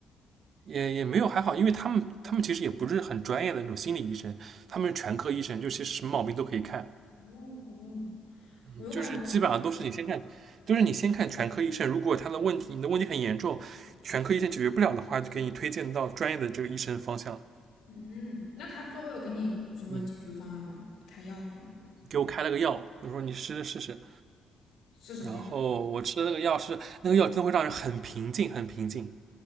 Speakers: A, on the right (about 60°); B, on the left (about 90°).
A: 也也没有还好，因为他们他们其实也不是很专业的那种心理医生，他们是全科医生，就其实什么毛病都可以看，
B: 哦哦，
A: 嗯就是基本上都是你先看，
B: 我就感觉，
A: 就是你先看全科医生，如果他的问题你的问题很严重，全科医生解决不了的话，就给你推荐到专业的这个医生方向。
B: 嗯，那他最后有给你什么解决方案吗？
A: 嗯，
B: 开药什么的吗？
A: 给我开了个药，他说你吃试试，
B: 是什么药？
A: 然后我吃了那个药是那个药真的会让人很平静，很平静，